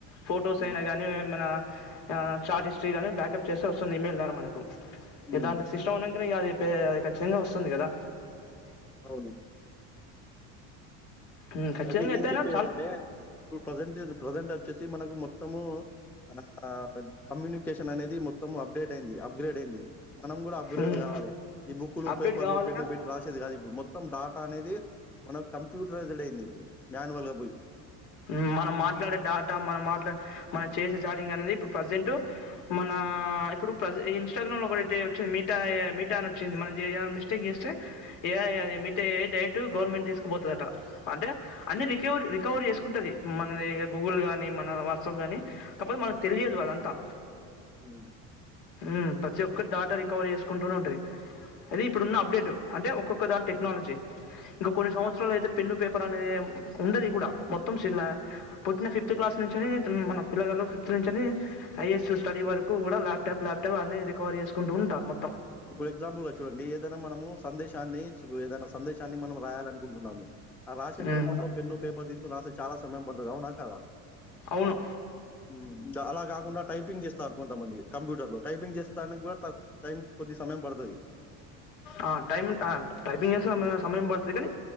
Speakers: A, on the left; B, in the centre.
A: ఫొటోస్
B: హ్మ్.
A: అయినా కానీ ఏమైనా ఆ చార్ట్ హిస్టరీ గాని బ్యాకప్ చేస్తే వస్తుంది ఇమెయిల్ ద్వారా మనకు
B: హ్మ్.
A: ఇగ దాంట్ల సిస్టం ఉన్నాంకనే ఇగ అది దే అది ఖచ్చితంగా వస్తుంది కదా.
B: అవును
A: ఉమ్, ఖచ్చితంగా
B: అయితే నేను
A: ఎత్తైనా
B: చెప్పేది
A: చాలా
B: ఏందంటే ఇప్పుడు ప్రజెంట్ ప్రజెంట్ వచ్చేసి మనకు మొత్తము ఆ ఆ కమ్యూని కేషన్ అనేది మొత్తం అప్డేట్ అయింది అప్గ్రేడ్ అయింది. మనం కూడా అప్గ్రేడ్
A: ఉమ్.
B: కావాలి. ఈ బుక్లు
A: అప్డేట్
B: పేపర్లు
A: కావాలిగా
B: పెన్ను పెట్టి రాసేది కాదు ఇప్పుడు మొత్తం డాటా అనేది మనకు కంప్యూటరైజ్డ్ అయింది. ఇప్పుడు. మాన్యువల్‌గా బోయి.
A: ఉమ్ మనం మాట్లాడే డాటా మనం మాట్లాడే మన చేసే చాటింగ్ అనేది ఇప్పుడు ప్రజెంటు మన ఇప్పుడు ప్రజ ఇన్స్టాగ్రామ్లో ఒకటి వచ్చింది. మీటా ఏ ఐ మీటా అని వచ్చింది. మనం ఏదైనా మిస్టేక్ చేస్తే ఏ ఐ అది మీట ఏ ఐ డైరెక్ట్ గవర్నమెంట్ తీసుకుపోతదట అంటే అన్నీ రికవరీ రికవరీ చేసుకుంటది. మనది గూగుల్ కానీ, మన వాట్సాప్ కానీ కాకపోతే మనకు తెలియదు అదంతా
B: హు
A: ఉమ్ ప్రతి ఒక్క డాటా రికవరీ చేసుకుంటూనే ఉంటది. అది ఇప్పుడు ఉన్న అప్డేట్ అంటే ఒక్కొక్క దాని టెక్నాలజీ, ఇంకా కొన్ని సంవత్సరాలు అయితే పెన్ను పేపర్ అనేది ఉండది కూడా మొత్తంలా పుట్టిన ఫిఫ్త్ క్లాస్ నుంచిని మన పిల్లల్లో ఫిఫ్త్ నుంచిని ఐఎస్ స్టడీ వరకు కూడా ల్యాటాప్ ల్యాటాప్ అన్ని రికవరీ చేసుకుంటూంటారు మొ
B: ఇప్పుడు ఎగ్జాంపుల్ గా చూడండి. ఏదైనా మనము సందేశాన్ని ఏదైనా సందేశాన్ని మనం రాయాలనుకుంటున్నాము, ఆ రాసే
A: హ్మ్.
B: క్రమంలో పెన్ను పేపర్ తీసుకుని రాస్తే చాలా సమయం పడుతది అవునా కాదా,
A: అవును.
B: ఉమ్ అలా కాకుండా టైపింగ్ చేస్ చేస్తారు కొంతమంది కంప్యూటర్ లో టైపింగ్ చేస్తానిక కూడా టైం కొద్ది సమయం పడతది.
A: ఆ టైమింగ్ ఆ టైపింగ్ చేస్తే సమయ సమయం పడుతది కానీ